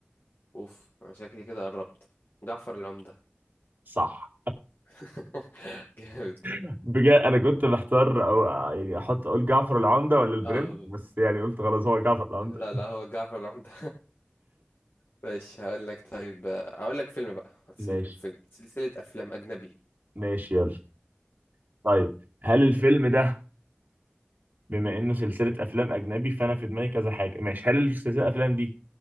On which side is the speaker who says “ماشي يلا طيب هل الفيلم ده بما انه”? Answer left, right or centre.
Right